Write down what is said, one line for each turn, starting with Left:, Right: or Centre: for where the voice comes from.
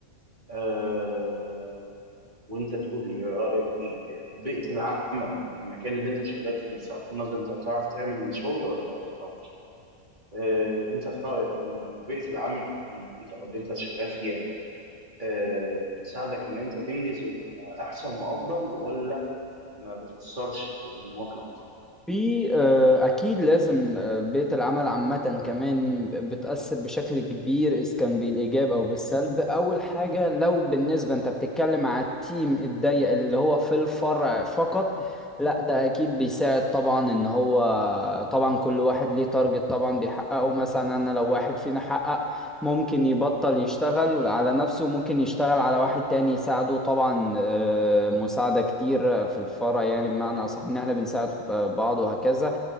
Right: آه، آه، وانت تقول لي رايك ايه بيئه العمل يعني المكان اللي انت شغال فيه بصرف النظر انت بتعرف تعمل الشغل ولا ما بتعرفش آه، انت في رايك ان إن بيئه العمل المحيطه او اللي انت شغال فيها آه، بتساعدك ان انت تنجز وتبقى احسن وافضل ولا ما بتاثرش في المطلق
Centre: في آه، أكيد لازم آه، بيئة العمل عامة كمان بتأثر بشكل كبير إذا كان بالإيجاب أو بالسلب أول حاجة لو بالنسبة أنت بتتكلم على التيم الضيق اللي هو في الفرع فقط لا ده أكيد بيساعد طبعا إن هو طبعا كل واحد ليه تارجت طبعا بيحققه مثلا أنا لو واحد فينا حقق ممكن يبطل يشتغل على نفسه وممكن يشتغل على واحد تاني يساعده طبعا آه، مساعدة كتير في الفرع يعني بمعنى أصح إن احنا بنساعد ب- بعض وهكذا